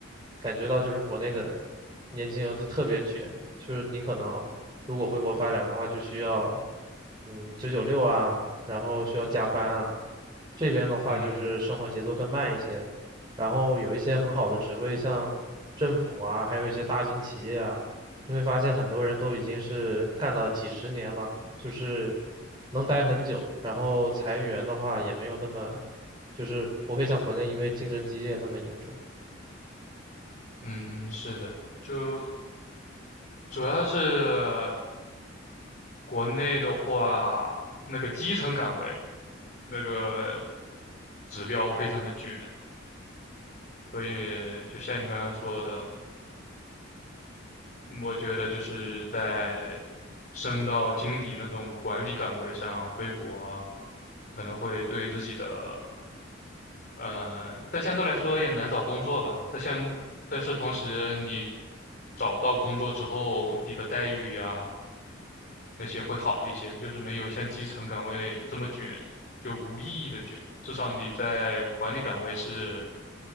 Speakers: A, on the right; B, on the left.
A: 感觉到就是国内的年轻人都特别卷，就是你可能。如果回国发展的话，就需要嗯九九六啊，然后需要加班啊。这边的话就是生活节奏更慢一些，
B: 嗯
A: 然后有一些很好的职位，像政府啊，还有一些大型企业啊，你会发现很多人都已经是干了几十年了，就是能待很久。然后裁员的话也没有那么，就是不会像国内因为竞争激烈那么严重。
B: 嗯，是的，就主要是国内的话，那个基层岗位那个指标非常的卷，所以就像你刚刚说的，嗯我觉得就是在升到经理那种管理岗位上回国，可能会对自己的呃，但相对来说也难找工作吧。但像，但是同时你找到工作之后，你的待遇呀、那些会好一些，就是没有像基层岗位这么卷，就无意义的卷。至少你在管理岗位是，